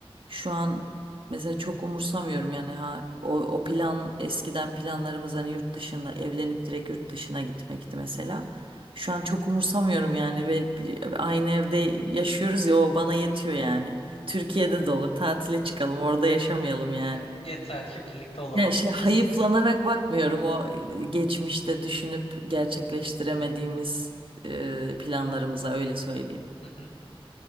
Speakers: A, on the right; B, on the left.
A: Şu an mesela
B: Hı
A: çok
B: hı.
A: umursamıyorum yani ha o, o plan eskiden planlarımız hani yurt dışına evlenip direkt yurt dışına gitmekti mesela. Şu an çok umursamıyorum yani ve bir- aynı evde yaşıyoruz ya o bana yetiyor yani. Türkiye'de de olur tatile çıkalım orada yaşamayalım yani.
B: E, Yeter ki birlikte olalım
A: Yani şey
B: kafasındasın.
A: hayıflanarak bakmıyorum o e, geçmişte düşünüp gerçekleştiremediğimiz e, planlarımıza öyle söyleyeyim.
B: Hı hı.